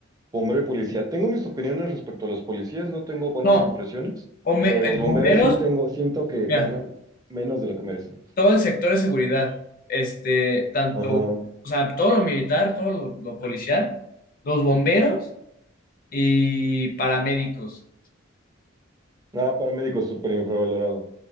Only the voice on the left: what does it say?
No,
o me-
eh,
bomberos,
mira.
todo el sector de seguridad, este, tanto,
o sea, todo lo militar, todo lo, lo policial, los bomberos y paramédicos.